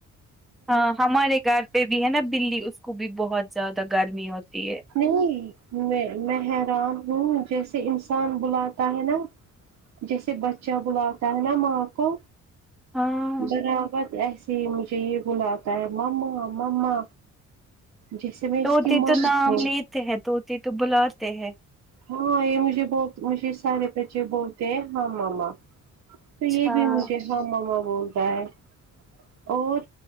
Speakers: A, in the centre; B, on the right.
A: ہاں ہمارے گھر پہ بھی ہے نا بلی اس کو بھی بہت زیادہ گرمی ہوتی ہے
B: نہیں میں میں حیران ہوں جیسے انسان بلاتا ہے نا جیسے بچہ بلاتا ہے نا ماں کو
A: ہاں
B: برابر ایسے جی مجھے یہ بلاتا ہے مما مما جیسے میں اس
A: طوطے
B: کی ماں
A: تو نام
B: ہوں
A: لیتے ہیں طوطے تو بلاتے ہیں
B: ہاں یہ مجھے بہت مجھے سارے بچے بولتے ہیں ہاں ماما تو
A: اچھا
B: یہ بھی مجھے ہاں ماما بولتا ہے اور